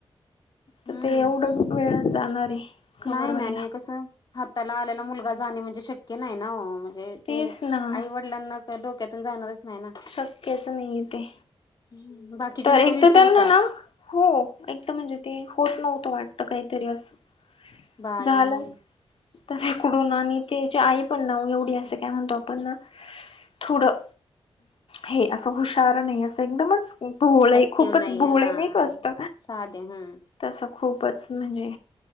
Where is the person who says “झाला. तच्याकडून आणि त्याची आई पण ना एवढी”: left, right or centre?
Left